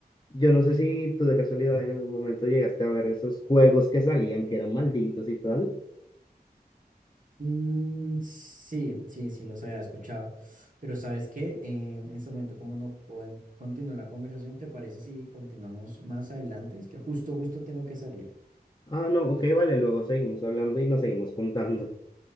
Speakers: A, on the left; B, on the right.
A: Yo no sé si tú de casualidad en algún momento llegaste a ver esos juegos que salían, que eran malditos y tal.
B: Mm, sí, sí, sí, los había escuchado. Pero ¿sabes qué? Eh, en este momento, como no pueden continuar la conversación, ¿te parece si continuamos más adelante? Es que justo, justo tengo que salir.
A: Ah, no, ok, vale, luego seguimos hablando y nos seguimos contando.